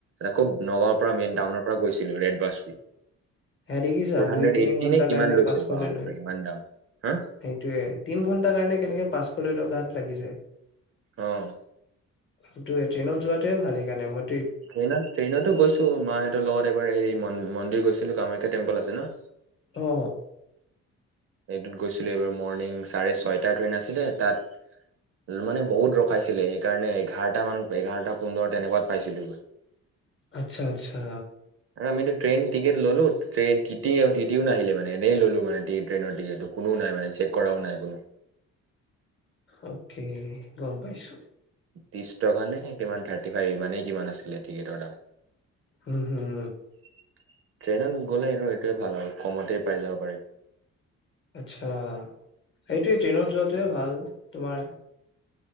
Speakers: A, on the right; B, on the left.
A: আক। নগাঁৱৰ পৰা মেইন টাউনৰ পৰা গৈছিলোঁ, ৰেড বাছ
B: হেৰি দেখিছা
A: ফ'ৰ হাণ্ড্ৰেড
B: দুই তিনি
A: এইট্টি
B: ঘণ্টা
A: নে
B: তাৰ
A: কিমান
B: কাৰণে
A: লৈছে
B: পাচঁশ
A: বাপৰে
B: লৈ লয়,
A: ইমান দাম হা
B: সেইটোৱে তিনিঘন্টা কাৰণে কেনেকে পাচঁশলৈ লয় গাত লাগি যায়।
A: অহ
B: সেই টোয়ে ট্ৰেইনত যোৱাতোয়ে ভাল সেইকাৰণে মই।
A: ট্ৰেইনত ট্ৰেইনতো গৈছোঁ মাহঁতৰ লগত এবাৰ এই মন্দিৰ গৈছিলোঁ, কাম টেম্পল আছে ন।
B: অ
A: এইটোত গৈছিলো এইবাৰ মৰ্ণিং চাৰে ছয়টা ট্ৰেইন আছিলে, তাত মানে বহুত ৰখাইছিলে, সেইকাৰণে এঘাৰটা মানত এঘাৰটা পোন্ধৰ তেনেকুৱাত পাইছিলোহি।
B: আচ্ছা। আচ্ছা।
A: আমিতো ট্ৰেইন টিকট ল'লোঁ, ট্ৰন, টি টিও নাহিলে মান এনেই ল'লো মানে ট ট্ৰেইনৰ টিকেটটো কোনো নাই মানে চেক কৰাও নাই কোনো
B: অকে গম পাইছো
A: ত্ৰিছ টকা নে কিমান থাৰ্টি ফাইভ মানে কিমান আছিলে টিকেট দাম
B: উম হুম
A: ট্ৰেইনত গ'লে এইটো এইটোৱে ভাল আৰু কমতেই পাই যাব পাৰিম
B: আচ্ছা সেইটোৱে ট্ৰেইনত যোৱাটোৱে ভাল তোমাৰ